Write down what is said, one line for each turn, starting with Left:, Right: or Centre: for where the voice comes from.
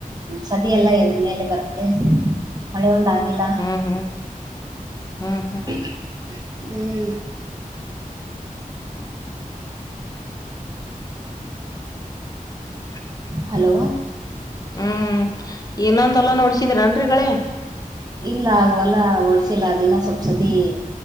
Right: ಸದಿ ಎಲ್ಲಾ ಎದು ಮೇಲೆ ಬರತ್ತೆ ಮಳೆ ಒಂದ ಆಾಗಿಲ್ಲಾ
Left: ಹ್ಮ್ ಹ್ಮ್ ಹ್ಮ್ ಹ್ಮ್
Right: <inaudible> ಹ್ಮ್
Left: ಹ್ಮ <inaudible>
Right: ಹಲೋ
Left: ಹ್ಮ್ ಇನ್ನೊಂದು ಎಲ್ಲ ನೋಡ್ಸಿದೀರನ್ೀಗಳೇ <inaudible>
Right: ಇಲ್ಲ ಆಗವಲ್ಲ ವರ್ಸ <inaudible> ಚಲಾ ದಿನ ಸ <unintelligible> ಸದಿ ಇ